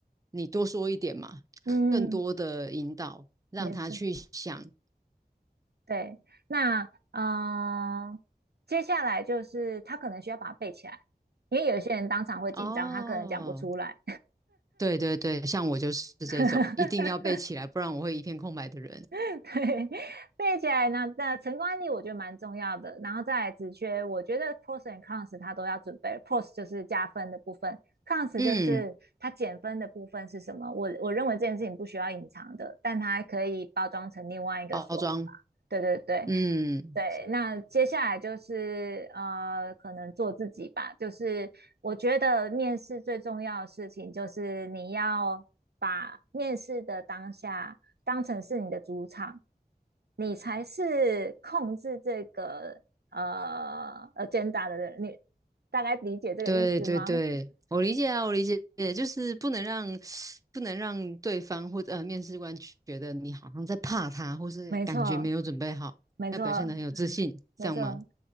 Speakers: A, on the right; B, on the right.
A: 你多说一点嘛，
B: 嗯，
A: 更多的引导，让他去想。
B: 没事，对。那嗯、呃接下来就是他可能需要把它背起来，因为有些人当场会紧张，
A: 哦，
B: 他可能讲不出来。
A: 对对对，像我就是这种，
B: <laughs>
A: 一定要背起来，不然我会一片空白的人。
B: <laughs> 对，背起来呢，那成功案例我觉得蛮重要的，然后再来职缺，我觉得 pros and cons 它都要准备，pros 就是加分的部分，cons
A: 嗯，
B: 就是它减分的部分是什么？我我认为这件事情不需要隐藏的，但它可以包装成另外一个说法。
A: 包装，
B: 对对对，
A: 嗯，
B: 对，那接下来就是呃，可能做自己吧。就是我觉得面试最重要的事情，就是你要把面试的当下当成是你的主场，你才是控制这个呃 agenda 的人。你大概理解这个意思吗？
A: 对对对，我理解啊，我理解，就是不能让不能让对方或者呃面试官觉得你好像在怕他，或是感觉没有准备好，
B: 没错，没错，
A: 要表现得很有自信，
B: 没错。
A: 这样吗？